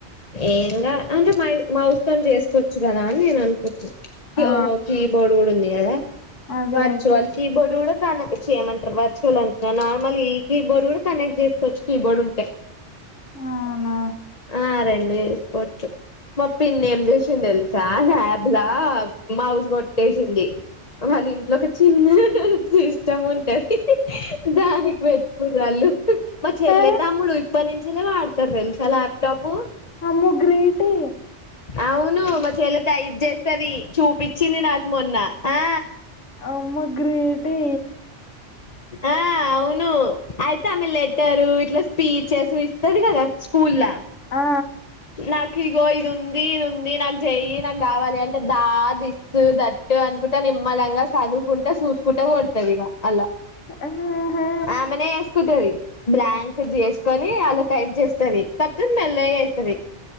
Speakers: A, on the left; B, on the left.
A: ఏంగాదు, అంటే మై మౌస్ తో నీ చేసుకోవచ్చు కదా? అదే అనుకుతుు <unintelligible>
B: ఆ
A: ఓహో! Keyboard. ఉంది కదా,
B: అదే
A: వర్చువల్
B: కి
A: కీ బోర్డు కూడా. కనెక్ట్ చేయమంటారు వర్చువల్ అంటున్నారు నార్మల్ ఈ కీబోర్డ్ కూడా కనెక్ట్ చేసుకోవచ్చు. కీబోర్డ్ ఉంటే.
B: అవునా
A: ఆ, అరే! ేసుకోచ్చు మా పిన్నీ ఏం చేసిందో తెల్ సా హాబ్ లా మౌజ్ కొట్టేసింది వాళ్ళ ఇంట్లో ఒక చిన్న సిస్టమ్ ఉంటది దానికి పెట్టుకున్నారు వాళ్ళు మా చెల్లయితే
B: అరే
A: తమ్ముడు ఇప్పటి నించినె వాడతారు తెలుస ల్యాప్టాప్
B: అమ్మో గ్రేటే
A: అవును మా చెల్లయితే టైప్ చేస్త స్తది చూపించింది నాకు మొన్న ఆ
B: అమ్మో గ్రే టే
A: ఆ అవును ఆయితె ఆమె లెటరు ఇట్ల స్పీ చేసు ఇస్తది కదా స్కూల్లా
B: ఆ ఆ
A: నాకు ఇగో ఇది ఉంది నాక చేయిి నాకు కావాలి అంటే దా దిస్తు దట్టు అనుకుంట నిమ్మలంగా చదువుకుంటా చూసుకుంట కొడుతది ఇగ అల
B: ఆహా
A: ఆమెనే వేసుకుంటది బ్లాంక్ చేసుకొని అలా టైప్ చేస్తది కాక్పోతే మెల్లగ చేస్తుది